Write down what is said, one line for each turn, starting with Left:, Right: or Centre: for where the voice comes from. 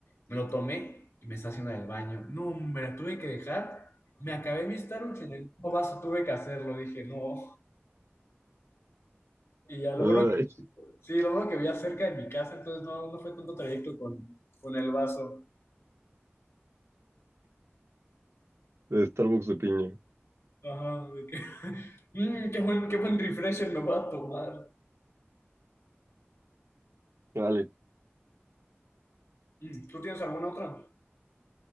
Left: me lo tomé y me estaba haciendo del baño. No, hombre, la tuve que dejar. Me acabé mi Starbucks y en el mismo vaso tuve que hacerlo. Dije, no. Y ya lo
Right: Ay,
Left: bueno que, sí, lo bueno que vivía cerca de mi casa, entonces no, no fue tanto trayecto con, con el vaso.
Right: de Starbucks de piña.
Left: Ajá, de que, <laughs> "Mm, qué buen, qué buen refresher me voy a tomar.
Right: Vale,
Left: Mm, ¿tú tienes alguna otra?